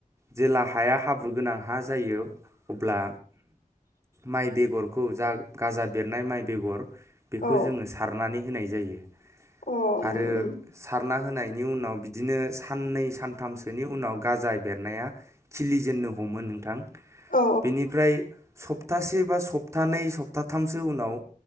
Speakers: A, on the right; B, on the left.
A: जेला हाया हाब्रु गोनां हा जायो अब्ला। माइ बेगरखौ जा गाजा बेरनाय माइ बेगर। बेखौ
B: औ
A: जोङो सारनानै होनाय जायो
B: अ उम
A: आरो
B: उम
A: सार। ना होनायनि उनाव बिदिनो साननै सान। थामसोनि उनाव गाजा बेरनाया खिलिजेननो हमो नोंथां।
B: औ
A: बेनिफ्राय सप्तासे बा सप्तानै सप्ताथामसो उनाव।